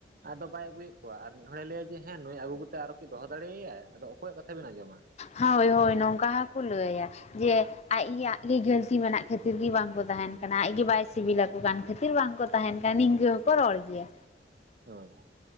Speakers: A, on the right; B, on the left.
A: ᱟᱫᱚ ᱵᱟᱭ ᱟᱹᱜᱩᱭᱮᱫ ᱠᱚᱣᱟ ᱟᱨ ᱢᱤᱫ ᱦᱚᱲᱮ ᱞᱟᱹᱭᱟ ᱡᱮ ᱦᱮᱸ ᱱᱩᱭ ᱟᱹᱜᱩ ᱠᱟᱛᱮ ᱟᱨᱚ ᱠᱤ ᱫᱚᱦᱚ ᱫᱟᱲᱮᱣᱟᱭᱟᱭ ᱟᱫᱚ ᱚᱠᱚᱭᱟᱜ ᱠᱟᱛᱷᱟ ᱵᱮᱱ ᱟᱸᱡᱚᱢᱟ
B: ᱦᱟᱣ ᱦᱳᱭ ᱱᱚᱝᱠᱟ ᱦᱚᱸᱠᱚ ᱞᱟᱹᱭᱟ ᱡᱮ ᱟᱭᱟᱜ ᱜᱮ ᱜᱟᱹᱞᱛᱤ ᱢᱮᱱᱟᱜ ᱠᱷᱟᱹᱛᱤᱨ ᱜᱮ ᱵᱟᱝᱠᱚ ᱛᱟᱦᱮᱱ ᱠᱟᱱᱟ ᱟᱡ ᱜᱮ ᱵᱟᱭ ᱥᱤᱵᱤᱞᱟᱠᱚ ᱠᱟᱱ ᱠᱷᱟᱹᱛᱤᱨ ᱵᱟᱝᱠᱚ ᱛᱟᱦᱮᱱ ᱠᱷᱟᱱ ᱱᱤᱝᱠᱟᱹ ᱦᱚᱠᱚ ᱨᱚᱲ ᱜᱮᱭᱟ
A: ᱦᱳᱭ